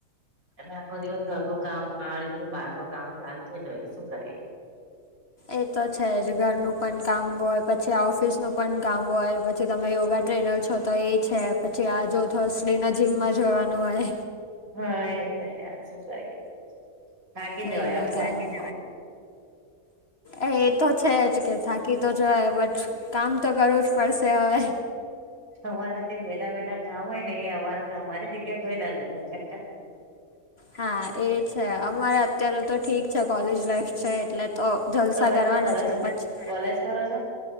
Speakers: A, on the right; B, on the left.
A: એ આખો દિવસ ઘરનું કામ આ રીતે બહાર નું કામ ચાલતું જ હોય શું કરીએ.
B: એ તો છે જ ઘરનું પણ કામ હોય પછી ઓફિસનું પણ કામ હોય પછી તમે યોગા ટ્રેનર છો તો એ છે પછી આ જો થર્સ ડે ના જીમમાં જવાનું હોય.
A: હા એ જ શું કરી થાકી
B: કંઈ
A: જવા
B: નહીં
A: હો
B: કંઈ
A: બાપ
B: નહીં
A: રે બાપ
B: એ તો છે જ કે થાકી તો જ બટ કામ તો કરવું જ પડશે હવે.
A: અમારે જે બેઠા બેઠા કામ હોય ને એ અમારૂ કામ મારી જગ્યા કોઈ ના લઈ શકે <inaudible>
B: હા એ છે અમારે અત્યારે તો ઠીક છે કોલેજ લાઈફ છે એટલે તો જલસા
A: તમે
B: કરવાના
A: શું કરો
B: છે
A: છો?
B: પછી
A: કોલેજ કરો છો?